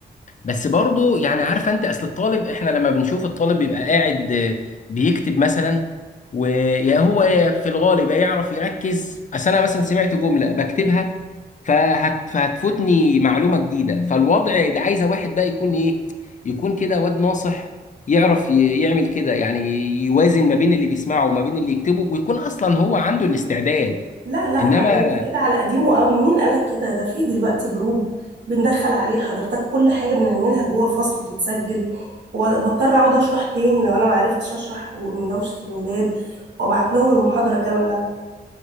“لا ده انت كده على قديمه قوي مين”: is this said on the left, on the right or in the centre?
Right